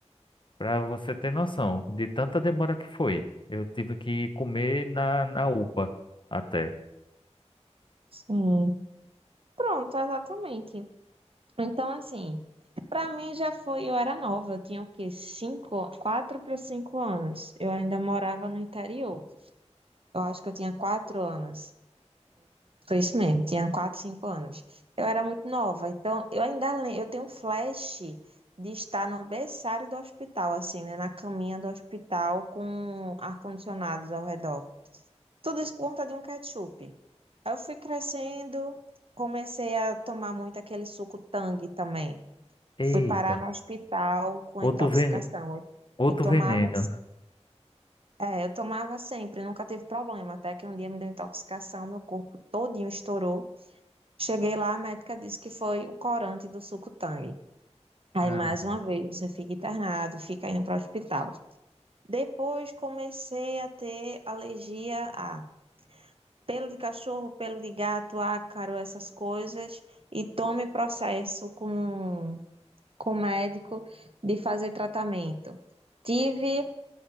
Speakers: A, on the left (about 45°); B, on the right (about 55°).
A: Para você ter noção de tanta demora que foi. Eu tive que comer na, na UPA até.
B: Sim. Pronto, exatamente. Então assim, pra mim já foi. Eu era nova, eu tinha o quê? Cinco, quatro para cinco anos. Eu ainda morava no interior. Eu acho que eu tinha quatro anos. Foi isso mesmo, tinha 4 5 anos. Eu era muito nova, então eu ainda lembro, eu tenho um flash de estar no berçário do hospital, assim, né? Na caminha do hospital com ar-condicionados ao redor. Tudo isso por conta de um ketchup. Aí eu fui crescendo, comecei a tomar muito aquele suco Tang também.
A: Eita,
B: Fui parar no hospital com
A: outro
B: intoxicação.
A: veneno,
B: Eu
A: outro
B: eu tomava,
A: veneno.
B: é, eu tomava sempre, nunca teve problema, até que um dia me deu intoxicação, meu corpo todinho estourou. Cheguei lá, a médica disse que foi o corante do suco Tang. Aí,
A: Ah,
B: mais uma vez, você fica internado, fica indo para o hospital. Depois, comecei a ter alergia a pelo de cachorro, pelo de gato, ácaro, essas coisas. E tome processo com, com o médico de fazer tratamento. Tive,